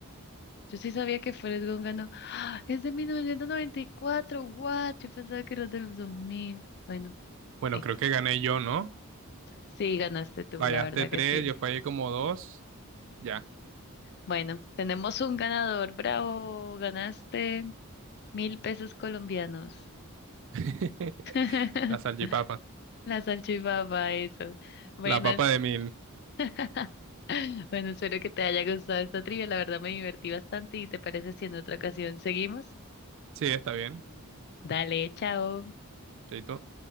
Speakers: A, on the left (about 50°); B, on the right (about 60°).
A: Yo sí sabía que Forrest Gump ganó. ¡Ah! es de 1994, what? Yo pensaba que era de los 2000. Bueno,
B: Bueno,
A: X.
B: creo que gané yo, ¿no?
A: sí, ganaste tú,
B: Fallaste
A: la verdad
B: tres,
A: que sí.
B: yo fallé como dos. Ya,
A: Bueno, tenemos un ganador, bravo, ganaste. Mil pesos colombianos.
B: <laughs>
A: <laughs>
B: la salchipapa.
A: La salchipapa, eso. Bueno,
B: La papa
A: es-
B: de mil.
A: <laughs> bueno, espero que te haya gustado esta trivia. La verdad me divertí bastante y te parece si en otra ocasión seguimos.
B: Sí, está bien.
A: Dale, chao.
B: Chaito.